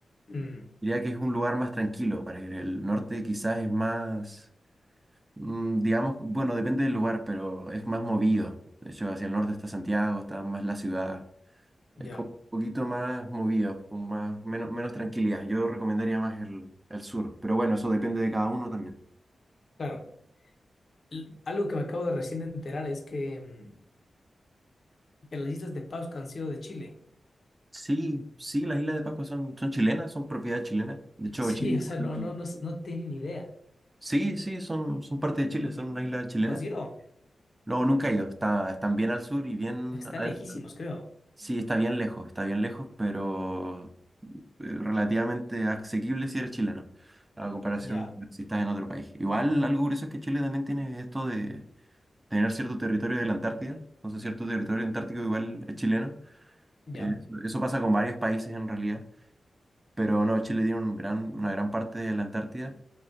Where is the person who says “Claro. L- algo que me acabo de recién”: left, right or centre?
Left